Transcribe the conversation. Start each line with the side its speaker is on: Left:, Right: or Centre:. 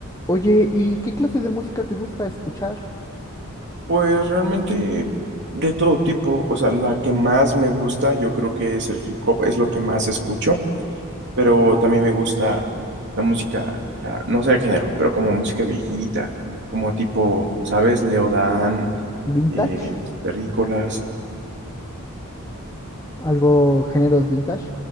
Left: Oye, ¿y qué clase de música te gusta escuchar?
Right: Pues realmente de todo tipo, o sea, la que más me gusta yo creo que es el hip hop, es lo que más escucho, pero también me gusta la música, ah, no sé el género, pero como música viejita, como tipo, ¿sabes? Leodán,
Left: ¿Vintage?
Right: eh, los terrícolas,
Left: ¿Algo géneros vintage?